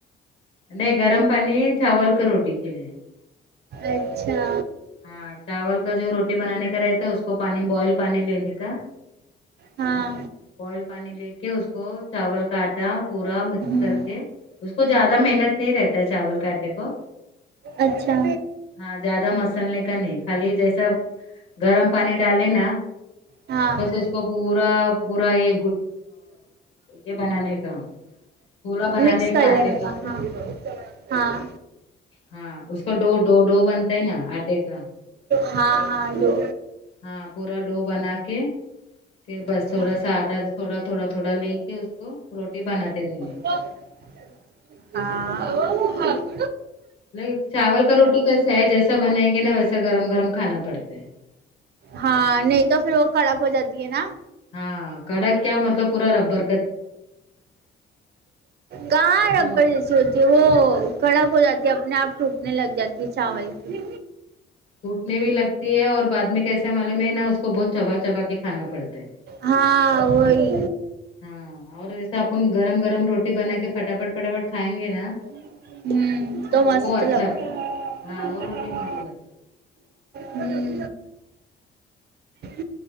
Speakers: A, on the left; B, on the right.
A: نہیں گرم پانی ہے چاول کا روٹی کے لیے
B: اچھا
A: ہاں چاول کا جو روٹی بنانے کا رہتا ہے اس کو پانی بوائل پانی لینے کا
B: ہاں
A: بوائل پانی لے کے اس کو چاول کا آٹا پورا مکس
B: ہ
A: کر کے اس کو زیادہ محنت نہیں رہتا ہے چاول کاآ ٹے کو
B: اچھا
A: ہاں زیادہ مسلنے کا نہیں خالی جیسا گرم پانی ڈالے نا
B: ہاں
A: بس اس کو پورا پورا یہ یہ بنانے کا پورا بنانے
B: مکس کر
A: آٹے
B: لینے کا
A: پورا
B: ہاں ہاں
A: ہاں اس کو ڈ ڈ ڈو بنتا ہے نا کا
B: ہاں ہاں ڈو
A: ہاں پورا ڈو بنا کے پھر بس
B: اچھا
A: تھوڑا سا آٹا تھوڑا تھوڑا تھوڑا لے کے اس کو روٹی بناتے رہنے
B: ہاں
A: لیکن چاول کا روٹی کیسا ہے جیسا بنائیں گے نا ویسا گرم گرم کھانا پڑتا ہے
B: ہاں نہیں تو پھر وہ کڑک ہو جاتی ہے نا
A: ہاں کڑک کیا مطلب پورا رببر
B: کہاں
A: ہے
B: رببر سوتی ہے وہ کڑک ہو جاتی ہے اپنے اپ ٹوٹنے لگ جاتی ہے چاول کی
A: وٹنے بھی لگتی ہے اور بعد میں کیسے معلوم میں ہے نا اس کو بہت چبا چبا کے کھانا پڑتا ہے
B: ہاں وہی
A: ہاں اور ایسا اپن گرم گرم روٹی بنا کے پٹافٹ پٹافٹ کھائیں گے نا
B: ہوں تو مست
A: وہ اچھا
B: لگتا
A: ہاں وہ روٹی مست لگ
B: ہوں ہی